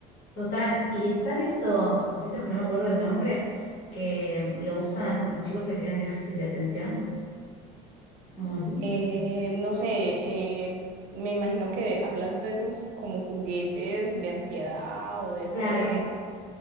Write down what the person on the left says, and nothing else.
Total, y están estos cositos que no me acuerdo el nombre, que lo usan los chicos que tienen déficit de atención. Molículo.
Claro,